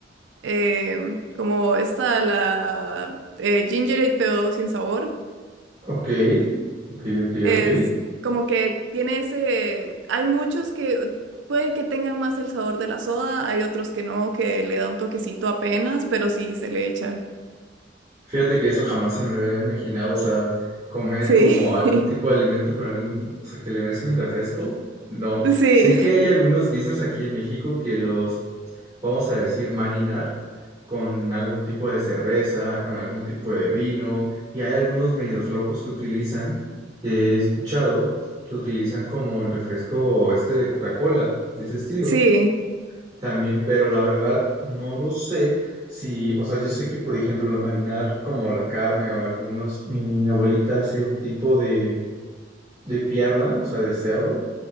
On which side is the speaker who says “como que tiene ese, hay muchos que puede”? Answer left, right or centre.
Right